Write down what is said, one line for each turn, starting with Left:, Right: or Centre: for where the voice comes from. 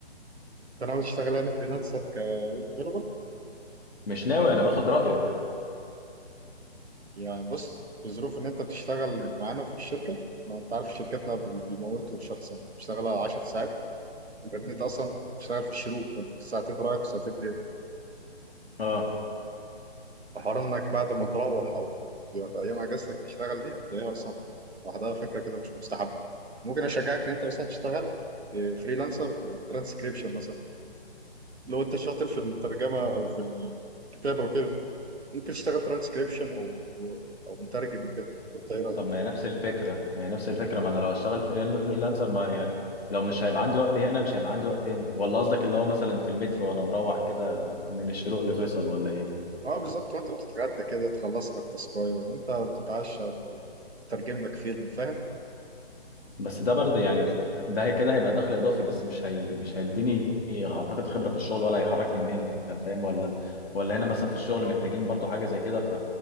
Right: انت ناوي تشتغل يعني فريلانسر كويب ديفلوبر
Left: مش ناوي انا باخد رايك
Right: يعني بص في ظروف ان انت بتشتغل معانا في الشركه ما انت عارف شركتنا بي- بيموتوا الشخص يعني. انت بتشتغل 10 ساعات غير ان انت اصلا بتشتغل في الشروق فانت في ساعتين رايح وساعتين جاي.
Left: اه
Right: حوار انك بعد ما تروح او في في ايام اجازتك تشتغل دي هتلاقيها اصلا لوحدها فكره كده مش مستحبه ممكن اشجعك ان انت مثلا تشتغل فريلانسر ترانسكريبشن مثلا لو انت شاطر في الترجمه او في الكتابه وكده ممكن تشتغل ترانسكريبشن او آه، او مترجم وكده انت ايه رايك
Left: طب ما هي نفس الفكرة ما هي نفس الفكرة ما انا لو هشتغل فريلانسر ما يعني لو مش هيبقى عندي وقت هنا مش هيبقى عندي وقت هنا ولا قصدك اللي هو مثلا في المترو وانا مروح كده من الشروق لفيصل ولا ايه
Right: اه بالظبط وانت بتتغدى كده تخلص لك تاسكايه وانت بتتعشى تترجم لك فيلم فاهم
Left: بس ده برضه يعني ده هي كده هيبقى دخل اضافي بس مش هي مش هيديني اعتقد خبرة في الشغل ولا هيحركني من هنا فاهم ولا ولا هنا مثلا في الشغل محتاجين برضه حاجة زي كده ف